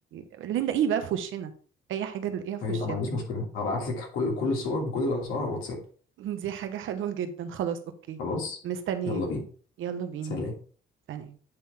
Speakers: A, on the right; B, on the left.
A: اللي نلاقيه بقى في وشنا اي حاجه نلاقيها في
B: هجيب-
A: وشنا
B: ما عنديش مشكله هبعت لك كل كل الصور بكل الاسعار على الواتساب
A: <laughs> دي حاجه حلوه جدا خلاص اوكي
B: خلاص
A: مستنياك
B: يلا بينا
A: يلا بينا
B: سلام
A: سلام